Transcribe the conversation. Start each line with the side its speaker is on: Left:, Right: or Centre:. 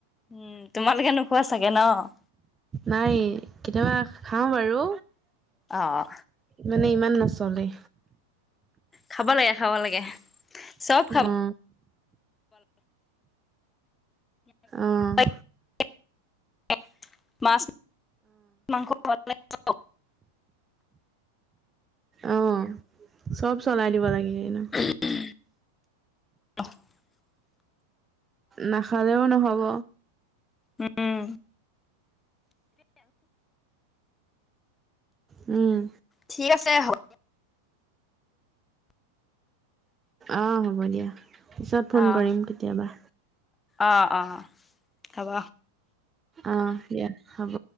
Left: উম, তোমালোকে নোখোৱা চাগে ন'।
Right: নাই কেতিয়াবা খাও বাৰু।
Left: অহ।
Right: মানে ইমান নচলেই।
Left: খাব লাগে, খাব লাগে চব খাব
Right: অ অহ।
Left: <unintelligible> মাছ, মাংস <unintelligible>
Right: অ' চব চলাই দিব লাগে এনেও।
Left: <unintelligible>
Right: নাখালেও নহ'ব।
Left: উম।
Right: উম'।
Left: ঠিক আছে হ
Right: অ' হ'ব দিয়া পিছত ফোন
Left: অ',
Right: কৰিম কেতিয়াবা।
Left: অ' অ' হ'ব।
Right: অ' দিয়া হ'ব।